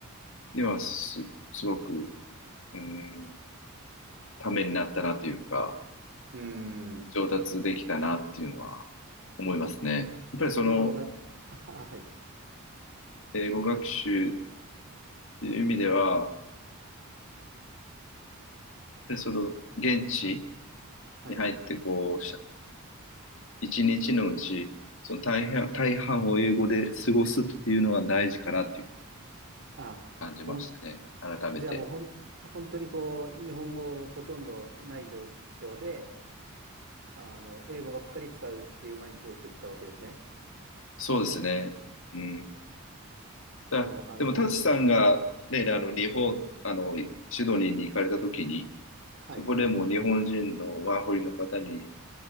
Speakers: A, on the left; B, on the right.
A: にはす、すごく、うん、ためになったなというか、
B: うーん。
A: 上達できたなっていうのは思いますね。やっぱりその、
B: もうだ、は、はい。
A: 英語学習っていう意味では、で、その、現地
B: はい。
A: に入って、こう、しゃ一日のうち、その大半、大半を英語で過ごすっていうのは大事かなっていう
B: あ、
A: 感じましたね。
B: ほん、
A: 改めて。
B: じゃあもうほん、本当にこう、日本語ほとんどない状況で、あの、英語ばっかり使うっていう毎日を送ったわけですね。
A: そうですね。うん。だ、
B: お、あの、
A: でも、タチさんが、ね、あの、日本、あの、シドニーに行かれた時に、
B: はい。
A: そこでも日本人のワーホリの方に